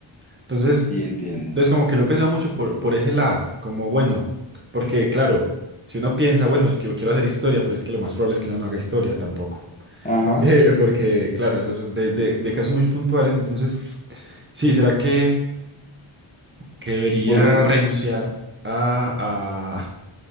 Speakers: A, on the right; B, on the left.
A: Entonces,
B: Sí, entiendo.
A: entonces como que lo he pensado mucho por, por ese lado, como bueno, porque claro, si uno piensa, bueno, yo, yo quiero hacer historia, pero es que lo más probable es que uno no haga historia tampoco. <laughs>
B: Ajá.
A: Porque, porque claro, esos son de, de de casos muy puntuales, entonces, sí, ¿será que... que debería
B: Por- por-
A: renunciar a,